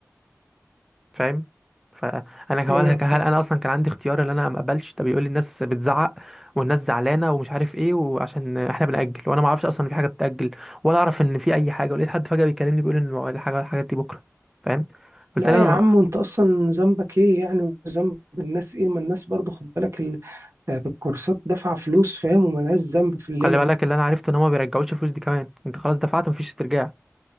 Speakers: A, in the centre; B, on the right.
A: فاهم فانا هقولها
B: ايوه
A: ك-
B: فاهم
A: هل انا اصلا كان عندي اختيار ان انا ما اقبلش ده بيقول لي الناس بتزعق والناس زعلانه ومش عارف ايه وعشان احنا بنأجل وانا ما اعرفش اصلا إن في حاجه بتأجل ولا اعرف ان في اي حاجه ولقيت حد فجأة بيكلمني بيقول ان الحاجه الحاجات دي بكره فاهم قلت
B: لا
A: له انا
B: يا
A: ما-
B: عم وانت اصلا ذنبك ايه يعني وذنب الناس ايه ما الناس برضه خد بالك ال- بتاعت الكورسات دافعة فلوس فاهم وملهاش ذنب في الليلة
A: خلي بالك
B: دي
A: اللي انا عرفته ان هم ما بيرجعوش الفلوس دي كمان انت خلاص دفعت مفيش استرجاع